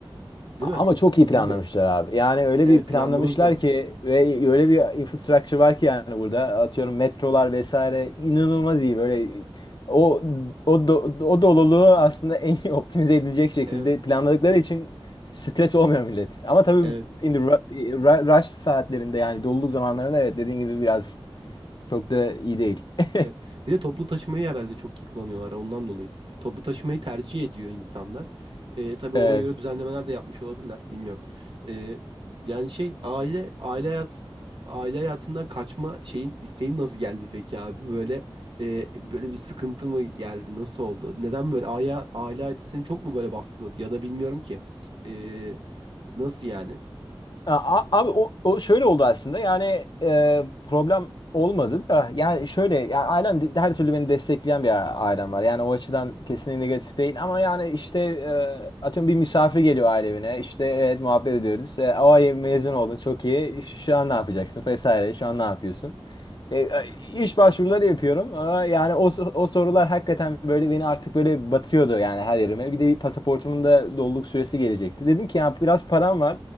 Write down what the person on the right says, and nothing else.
değil
mi?
Bilmiyorum.
Evet,
planlama güzel.
Evet,
evet.
Evet. Bir de toplu taşımayı herhalde çok iyi kullanıyorlar ondan dolayı. Toplu taşımayı tercih ediyor insanlar. Ee, tabii
ona göre düzenlemeler de yapmış olabilirler. Bilmiyorum. Ee, yani şey aile aile hayat aile hayatından kaçma şeyin isteğin nasıl geldi peki abi? Böyle e, böyle bir sıkıntı mı geldi? Nasıl oldu? Neden böyle aile aile hayatı seni çok mu böyle baskıladı? Ya da bilmiyorum ki. Ee, nasıl yani?